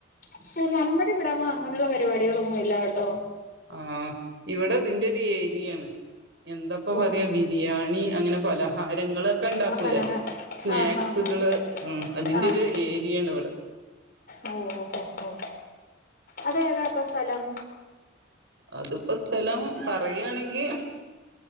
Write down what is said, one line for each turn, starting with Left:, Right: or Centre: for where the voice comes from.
Left: പക്ഷെ നമ്മടിവിടങ്ങും അങ്ങനെയുള്ള പരിപാടികളൊന്നും ഇല്ല കേട്ടോ
Right: ആഹ് ഇവിടെ ഇതിന്റെ ഒരു ഏരിയയാണ് എന്തപ്പ പറയാ
Left: ഓഹ്
Right: ബിരിയാണി അങ്ങനെ പല ആഹാരങ്ങളൊക്കെ ഉണ്ടാക്കൂല്ലേ
Left: ആ ഫലഹാ
Right: സ്നാക്സുകള്
Left: ആഹ് ആഹ് ആഹ്
Right: മ് അതിന്റെ
Left: ആഹ്
Right: ഒരു ഏരിയയാണ് ഇവിടെ
Left: ഓഹ് ഓഹ് ഓഹ് ഓഹ് അത് ഏതാ ഇപ്പൊ സ്ഥലം
Right: അതിപ്പോസ്ഥലം പറയാണെങ്കി